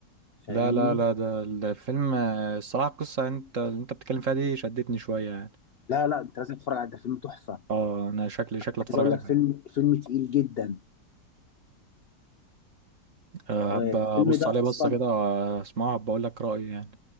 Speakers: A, on the left (about 80°); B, on the right (about 45°).
A: فاهمني؟
B: لا لا لا ده الفيلم آه، الصراحة القصة انت اللي انت بتتكلم فيها دي شدتني شوية يعني
A: لا لا أنت لازم تتفرج على ده فيلم تحفة
B: اه انا شكلي شكلي
A: عايز
B: اتفرج
A: أقول
B: عليه
A: لك
B: فعلا
A: فيلم فيلم تقيل جدا
B: آه،
A: آه
B: هبقى
A: الفيلم
B: ابص
A: ده
B: عليه بصة
A: أصلا
B: كده واسمعه هبقى اقول لك رأيي يعني